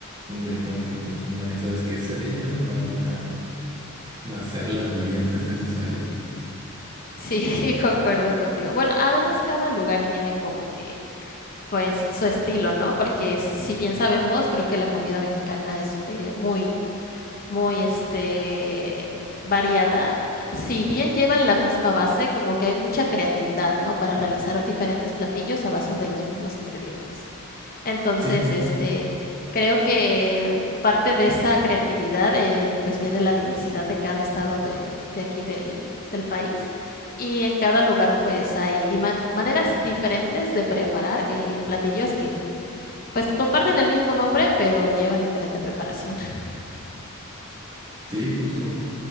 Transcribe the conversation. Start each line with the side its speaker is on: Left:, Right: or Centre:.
Right: un mercado que consuma esas quesadillas, van a nacer las variantes necesarias.
Left: Sí, <laughs> concuerdo contigo. Bueno, además cada lugar tiene como que, pues, su estilo, ¿no? Porque si bien sabemos, creo que la comida mexicana es eh, muy muy este, variada. Si bien llevan la misma base, como que hay mucha creatividad, ¿no? Para realizar diferentes platillos a base de los mismos ingredientes. Entonces,
Right: Sí,
Left: este, creo que parte de esa creatividad, eh, pues viene la diversidad de cada estado de, de aquí del, del país. Y en cada lugar, pues hay di- man- maneras diferentes de preparar eh, platillos que, pues, que comparten el mismo nombre, pero llevan diferente preparación. <laughs>
Right: sí, justo.